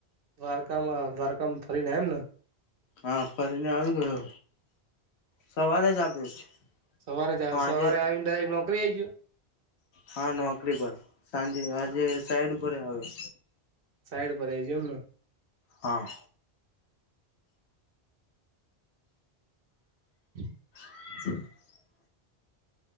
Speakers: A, on the right; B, on the left.
A: દ્વારકામાં દ્વારકામ ફરીને એમ ને.
B: હા, ફરીને આવી ગયો, સવારે જ આપ્યો છે.
A: સવારે જ આયો,
B: હા
A: સવારે
B: આજે
A: આવીને, ડાયરેક્ટ નોકરી એ ગયો.
B: હા, નોકરી પર સાંજે આજે સાઈડ ઉપર એ આવ્યો.
A: સાઈડ પર એ જ એમ ને.
B: હા.
A: <unintelligible>
B: આ <unintelligible>